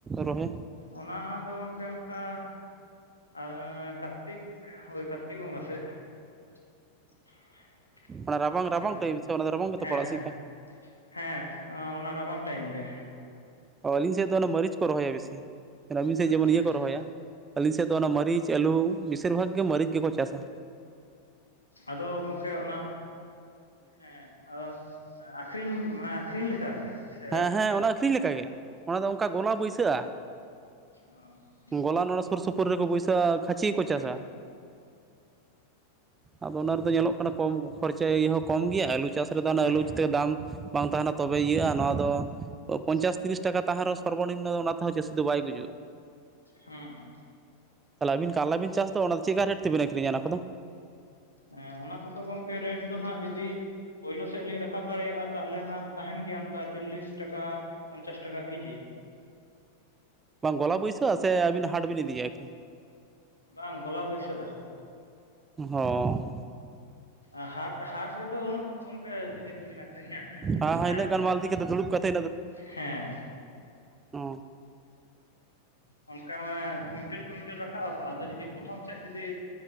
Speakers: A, on the right; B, on the left.
A: ᱨᱚᱦᱚᱭ-ᱟ?
B: ᱚᱱᱟ ᱫᱚ ᱜᱚᱝᱠᱮ ᱚᱝᱠᱟ ᱟᱸᱻ ᱠᱟᱛᱤᱠ ᱳᱭ ᱠᱟᱛᱤᱠ ᱵᱚᱸᱜᱟ ᱥᱮᱜ ᱾ <inaudible>
A: ᱚᱱᱟ ᱨᱟᱵᱟᱝ, ᱨᱟᱵᱟᱝ
B: ᱦᱮᱸ
A: ᱴᱟᱭᱤᱢ ᱥᱮ ᱚᱱᱟ ᱫᱚ ᱨᱟᱵᱟᱝ ᱜᱮᱛᱚ
B: ᱦᱮᱸ
A: ᱯᱟᱲᱟᱜ ᱥᱤᱜ
B: ᱦᱮᱸ
A: ᱠᱟ
B: ᱦᱮᱸ ᱚᱱᱟ ᱨᱟᱵᱟᱝ ᱴᱟᱭᱤᱢ ᱜᱮ᱾
A: ᱚ ᱟᱹᱞᱤᱧ ᱥᱮᱫ ᱫᱚ ᱚᱱᱟ ᱢᱟᱹᱨᱤᱪ ᱠᱚ ᱨᱚᱦᱚᱭ-ᱟ᱾ ᱟᱹᱵᱤᱱ ᱥᱮᱫ
B: ᱟᱪᱪᱷᱟ
A: ᱡᱮᱢᱚᱱ ᱤᱭᱟᱹ
B: ᱟᱪᱪᱷᱟ
A: ᱠᱚ ᱨᱚᱦᱚᱭ-ᱟ᱾ ᱟᱹᱞᱤᱧ ᱥᱮᱫ ᱫᱚ ᱚᱱᱟ ᱢᱟᱹᱨᱤᱪ, ᱟᱹᱞᱩ ᱵᱮᱥᱤᱨ ᱵᱷᱟᱜᱽ ᱜᱮ ᱢᱟᱹᱨᱤᱪ ᱜᱮᱠᱚ ᱪᱟᱥ-ᱟ ᱾
B: ᱟᱫᱚ ᱜᱚᱝᱠᱮ ᱚᱱᱟ ᱦᱮᱸ᱾ ᱚᱸᱻ ᱟᱹᱠᱷᱨᱤᱧ ᱢᱟᱱᱮ ᱟᱹᱠᱷᱨᱤᱧ ᱞᱮᱠᱟ ᱟᱨᱠᱤ᱾ ᱥᱮ
A: ᱦᱮᱸ, ᱦᱮᱸ ᱚᱱᱟ ᱟᱹᱠᱷᱟᱨᱤᱧ ᱞᱮᱠᱟᱜ ᱜᱮ ᱚᱱᱟ ᱫᱚ ᱚᱱᱠᱟ ᱜᱚᱞᱟ ᱵᱟᱹᱭᱥᱟᱹᱜ-ᱟ᱾
B: ᱚ
A: ᱜᱚᱞᱟ ᱱᱚᱰᱮ ᱥᱩᱨ ᱥᱩᱯᱩᱨ ᱨᱮᱠᱚ ᱵᱟᱹᱭᱥᱟᱹᱜ-ᱟ ᱠᱷᱟᱹᱪᱤ ᱠᱚ
B: ᱦᱮᱸ
A: ᱪᱟᱥ-ᱟ᱾ ᱟᱫᱚ ᱚᱱᱟ ᱨᱮᱫᱚ ᱧᱮᱞᱚᱜ ᱠᱟᱱᱟ ᱠᱚᱢ ᱠᱷᱚᱨᱪᱟᱭᱤ ᱦᱚᱸ ᱠᱚᱢ ᱜᱮᱭᱟ ᱟᱹᱞᱩ ᱪᱟᱥ ᱨᱮᱫᱚ ᱚᱱᱟᱜ
B: ᱦᱮᱸ
A: ᱟᱹᱞᱩ ᱤᱛᱟᱹ ᱫᱟᱢ ᱵᱟᱝ ᱛᱟᱦᱮᱱᱟ ᱛᱚᱵᱮ ᱤᱭᱟᱹᱜ-ᱟ᱾ ᱱᱚᱣᱟ ᱫᱚ ᱯᱚᱧᱪᱟᱥ ᱛᱤᱨᱤᱥ ᱴᱟᱠᱟ ᱛᱟᱦᱮᱸ ᱨᱮᱦᱚᱸ ᱥᱚᱨᱵᱚᱱᱤᱢᱱᱚ ᱚᱱᱟ ᱛᱮᱦᱚᱸ ᱪᱟᱹᱥᱤ ᱫᱚ ᱵᱟᱭ ᱜᱩᱡᱩᱜ-ᱟ᱾
B: ᱦᱩᱸ᱾
A: ᱛᱟᱞᱦᱮ ᱟᱵᱤᱱ ᱠᱟᱨᱞᱟᱵᱤᱱ ᱪᱟᱥ ᱫᱚ ᱚᱱᱟ ᱪᱤᱫᱠᱟᱹ ᱨᱮᱴ ᱛᱮᱵᱮᱱ ᱟᱹᱠᱷᱨᱤᱧᱟ ᱚᱱᱟ ᱠᱚᱫᱚ?
B: ᱦᱮᱸ ᱚᱱᱟ ᱠᱚᱫᱚ ᱜᱚᱝᱠᱮ ᱨᱮᱴ ᱫᱚ ᱦᱟᱸᱜ ᱡᱩᱫᱤ ᱯᱳᱭᱞᱳ ᱥᱮᱫ ᱞᱤᱧ ᱨᱟᱠᱟᱵ ᱫᱟᱲᱮᱜ-ᱟ ᱛᱟᱞᱦᱮ ᱱᱟᱸᱜ ᱛᱟᱦᱮᱱ ᱜᱮᱭᱟ ᱚᱱᱠᱟ ᱪᱚᱞᱞᱤᱥ ᱴᱟᱠᱟ᱾ ᱯᱚᱧᱪᱟᱥ ᱴᱟᱠᱟ ᱠᱮᱡᱤ᱾
A: ᱵᱟᱝ ᱜᱚᱞᱟ ᱵᱟᱹᱭᱥᱟᱹᱜ-ᱟ ᱥᱮ ᱟᱹᱵᱤᱱ ᱦᱟᱴ ᱵᱤᱱ ᱤᱫᱤᱭᱟ ᱟᱹᱠᱷᱨᱤᱧ?
B: ᱵᱟᱝ ᱜᱚᱞᱟ ᱵᱟᱹᱭᱥᱟᱹᱜ-ᱟ᱾
A: ᱦᱚᱸ᱾
B: ᱟᱨ ᱦᱟᱴ, ᱦᱟᱴ ᱨᱮᱫᱚ ᱩᱱᱟᱹᱜ ᱜᱚᱝᱠᱮ ᱪᱤᱠᱟᱹ ᱛᱮᱵᱤᱱ ᱟᱹᱠᱷᱨᱤᱧᱟ
A: ᱦᱮᱸ
B: ᱢᱟᱱᱮ
A: ᱦᱮᱸ ᱤᱱᱟᱹᱜ ᱜᱟᱱ ᱢᱟᱞ ᱤᱫᱤ ᱠᱟᱛᱮ ᱫᱩᱲᱩᱵ ᱠᱟᱛᱮ
B: ᱦᱮᱸ᱾
A: ᱚ
B: ᱟᱨ ᱚᱱᱠᱟ ᱢᱟᱱᱮ ᱠᱩᱭᱱᱴᱮᱞ, ᱠᱩᱭᱤᱱᱴᱮᱞ ᱨᱟᱠᱟᱵᱟ ᱛᱚ ᱟᱫᱚ ᱡᱩᱫᱤ ᱯᱨᱚᱛᱷᱚᱢ ᱥᱮᱫ ᱡᱩᱫᱤ